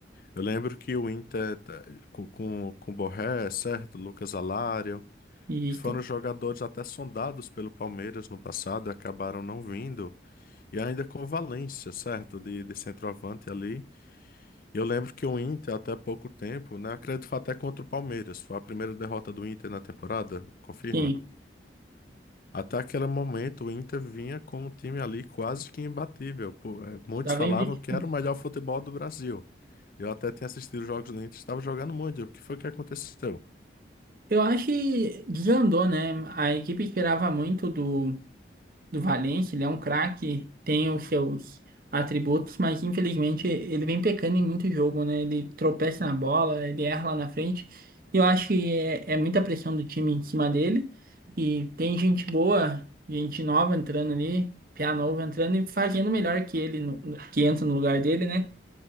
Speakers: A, on the left (about 50°); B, on the right (about 50°).
A: Eu lembro que o Inter, tá, com, com, com Borré, é certo? Lucas Alário,
B: Isso.
A: que foram jogadores até sondados pelo Palmeiras no passado e acabaram não vindo. E ainda com o Valência, certo? De, de centroavante ali. Eu lembro que o Inter, até pouco tempo, né? Acredito que foi até contra o Palmeiras. Foi a primeira derrota do Inter na temporada, confirma?
B: Sim,
A: Até aquele momento, o Inter vinha com um time ali quase que imbatível. Pô, é, muitos
B: tá
A: falavam
B: bem, Vic.
A: que era o melhor futebol do Brasil. Eu até tinha assistido os jogos do Inter, estava jogando muito. O que foi que aconteceu?
B: Eu acho que desandou, né? A equipe esperava muito do. do Valencia, ele é um craque, tem os seus atributos, mas infelizmente ele vem pecando em muito jogo, né? Ele tropeça na bola, ele erra lá na frente. E eu acho que é, é muita pressão do time em cima dele. E tem gente boa, gente nova entrando ali, piá novo entrando e fazendo melhor que ele, no- no- que entra no lugar dele, né?